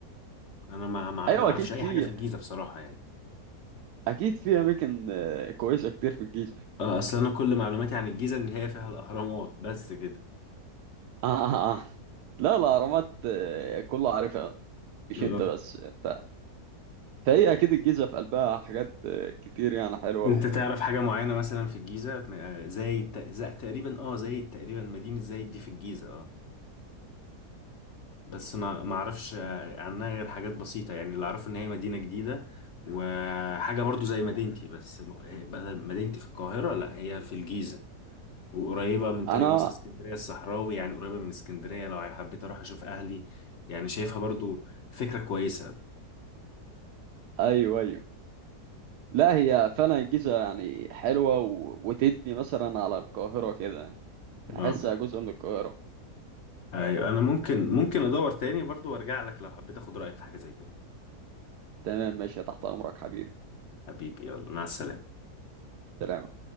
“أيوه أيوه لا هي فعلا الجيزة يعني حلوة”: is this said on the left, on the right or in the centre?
Right